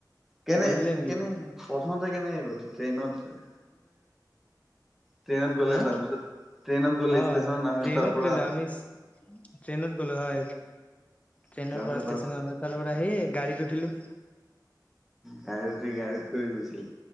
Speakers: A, in the centre; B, on the left (about 20°).
A: কেনে
B: গৈছিলে নেকি
A: কেনেকে প্ৰথমতে কেনেকে গ'ল ট্ৰেইনত ট্ৰেইনত গ'লে
B: হা অ
A: তাৰপিছত ট্ৰেইনত গ'লে ষ্টেচনত নামিলে
B: ট্ৰেইনত
A: তাৰ পৰা
B: গলেো আমি ট্ৰেইনত গলো হয় ট্ৰেইনৰ
A: তাৰপিছত
B: পৰা ষ্টেচন তাৰ পৰা আহিয়েই গা়ড়ীটো উঠিলো
A: গাড়ীত উঠি গাড়ীত শুই গৈছিলো